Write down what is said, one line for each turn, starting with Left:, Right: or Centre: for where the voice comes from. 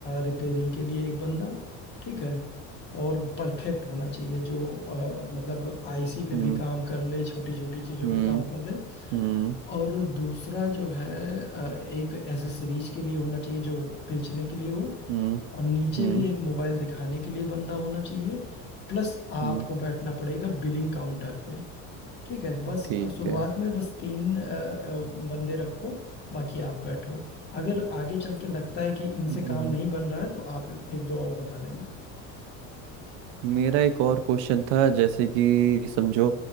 Left: रिपेयरिंग के लिए एक बंदा ठीक है और परफेक्ट होना चाहिए जो आ, मतलब आईसी पे
Right: हम्म
Left: भी काम कर ले छोटी छोटी चीजों
Right: हम्म
Left: पे काम कर ले
Right: हम्म
Left: और दूसरा जो है अ, एक एसेसरीज के लिए होना चाहिए जो बेचने के लिए हो
Right: हम्म
Left: और नीचे
Right: हम्म
Left: भी एक मोबाइल दिखाने के लिए बंदा होना चाहिए प्लस आपको
Right: हम्म,
Left: बैठना पड़ेगा बिलिंग काउंटर पे ठीक है बस
Right: ठीक
Left: शुरुआत
Right: है
Left: में बस तीन अ, अ, बंदे रखो बाकी आप बैठो अगर आगे चल के लगता है कि इनसे
Right: हम्म,
Left: काम नहीं बन रहा है तो आप एक दो और बढ़ा लेना
Right: मेरा एक और क्वेश्चन था जैसे कि समझो